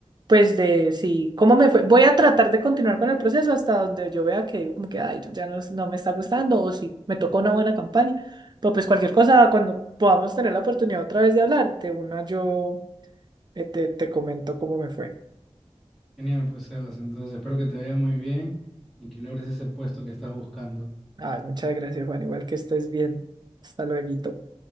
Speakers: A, on the right; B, in the centre.
A: Pues de sí, ¿cómo me fue? Voy a tratar de continuar con el proceso hasta donde yo vea que digo como que, ay, ya no, no me está gustando o si me tocó una buena campaña. Pero pues cualquier cosa, cuando podamos tener la oportunidad otra vez de hablar, de una yo eh, te, te comento cómo me fue.
B: Genial, pues Sebas. Entonces espero que te vaya muy bien y que logres ese puesto que estás buscando.
A: Ay, muchas gracias, Juan. Igual que estés bien. Hasta luego.